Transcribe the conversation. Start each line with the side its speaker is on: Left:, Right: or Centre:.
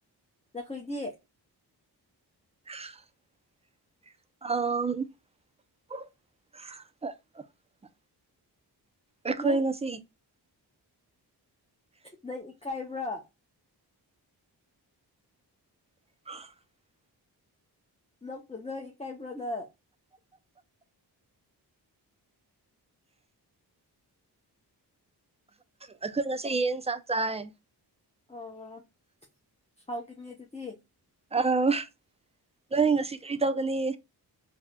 Left: ꯅꯈꯣꯏꯗꯤ
Right: <unintelligible> ꯑ ꯑꯩꯈꯣꯏ
Left: ꯅꯪ
Right: ꯉꯁꯤ
Left: ꯅꯪ ꯏꯀꯥꯏꯕ꯭ꯔꯥ
Right: <unintelligible>
Left: ꯅꯄꯅ ꯏ ꯀꯥꯏꯕ꯭ꯔꯣꯅ
Right: ꯑꯩꯈꯣꯏ ꯉꯁꯦ ꯌꯦꯟ ꯆ ꯆꯥꯏ
Left: ꯑꯣ ꯍꯥꯎ ꯀꯅꯤ ꯌꯇꯗꯤ
Right: ꯑꯥ ꯅꯣꯏ ꯉꯁꯤ ꯀꯔꯤ ꯇꯧꯒꯅꯤ